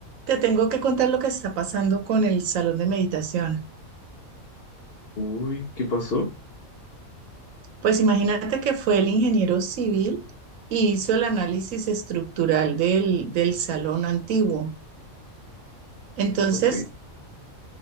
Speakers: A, on the right; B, on the left.
A: Te tengo que contar lo que está pasando con el salón de meditación.
B: Uy, ¿qué pasó?
A: Pues imagínate que fue el ingeniero civil y hizo el análisis estructural del, del salón antiguo. Entonces,
B: Ok,